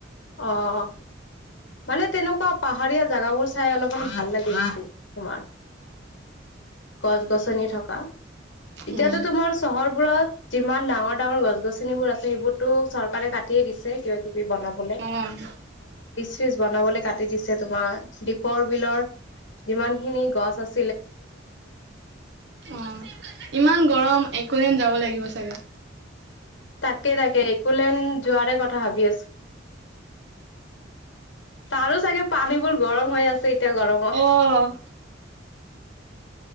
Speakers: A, on the left; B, on the right.
A: অ', মানে তেনেকুৱা পাহাৰীয়া জোগাবোৰ চাই অলপ ভাল তোমাৰ গছ গছনী থকা। এতিয়াতো
B: উম,
A: তোমাৰ চহৰবোৰত যিমান ডাঙৰ ডাঙৰ গছ গছনিবোৰ আছে সেইবোৰতো চৰকাৰে কাটিয়ে দিছে কিবা কিবি বনাব।
B: উম।
A: ব্ৰিজ বনাবলৈ কি দিছে তোমাৰ দীপৰ বিলৰ যিমান খিনি গছ আছে
B: অ', ইমান গৰম একোলেন্ডন যাব লাগিব চাগে।
A: তাকে তাকে একোলেণ্ড যোৱাৰে কথা ভাবি আছোঁ তাৰো চাগে পানীবোৰ গৰম হৈ আছে এতিয়া গৰমত।
B: অ',